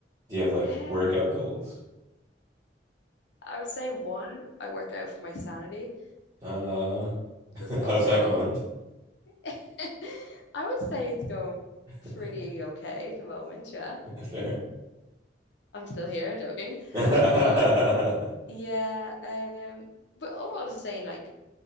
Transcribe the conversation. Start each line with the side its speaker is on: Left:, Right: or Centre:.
Right: do you have like
Left: Um,
Right: workout goals?
Left: I would say one, I work out for my sanity.
Right: Uh
Left: <laughs>
Right: <laughs>
Left: just overall,
Right: how's that going?
Left: <laughs> I would say it's going
Right: <laughs>
Left: pretty okay at the moment. Yeah,
Right: Fair.
Left: I'm still here. I'm joking,
Right: <laughs>
Left: but yeah. Um, but overall, just saying like